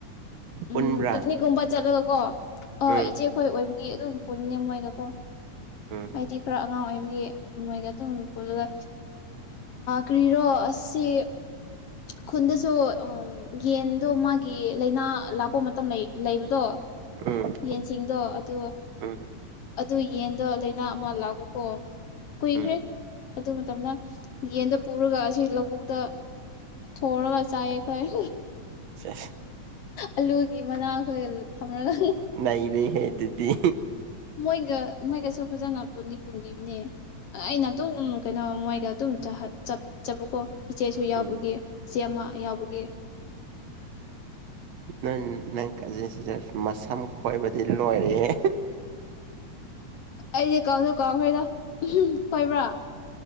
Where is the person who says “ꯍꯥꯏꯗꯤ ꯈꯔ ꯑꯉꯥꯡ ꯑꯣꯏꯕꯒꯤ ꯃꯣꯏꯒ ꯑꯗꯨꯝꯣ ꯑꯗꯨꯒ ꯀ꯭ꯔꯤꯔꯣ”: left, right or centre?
Left